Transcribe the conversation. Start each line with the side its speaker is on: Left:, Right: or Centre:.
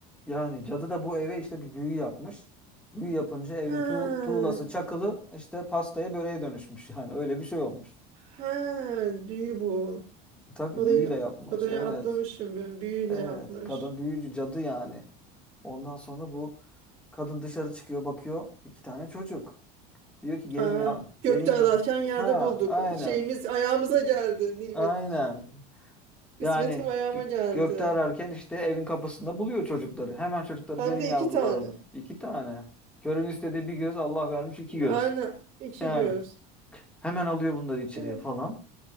Centre: Yani cadı da bu eve işte bir büyü yapmış. Büyü yapınca evin
Right: Ha.
Centre: tu tuğlası çakılı işte pastaya böreğe dönüşmüş. <laughs> Yani öyle bir şey olmuş.
Right: Ha, büyü bu.
Centre: Tabii
Right: Orayı
Centre: büyüyle yapmış.
Right: orayı
Centre: Evet.
Right: atlamışım ben. Büyüyle
Centre: Evet.
Right: yapmış.
Centre: Kadın büyücü cadı yani. Ondan sonra bu kadın dışarı çıkıyor bakıyor iki tane çocuk. Diyor ki gelin
Right: Aa,
Centre: ya
Right: gökte
Centre: gelin.
Right: ararken yerde
Centre: Ha
Right: bulduk.
Centre: aynen.
Right: Şeyimiz ayağımıza geldi nimet.
Centre: Aynen.
Right: Kısmetim
Centre: Yani
Right: ayağıma
Centre: gö-
Right: geldi.
Centre: gökte ararken işte evin kapısında buluyor çocukları. Hemen çocukları
Right: Hem
Centre: gelin
Right: de
Centre: yavrularım.
Right: iki tane.
Centre: iki tane. Körün istediği bir göz Allah vermiş iki göz.
Right: Aynen iki
Centre: Yani
Right: göz.
Centre: hemen alıyor bunları içeriye
Right: Eh,
Centre: falan.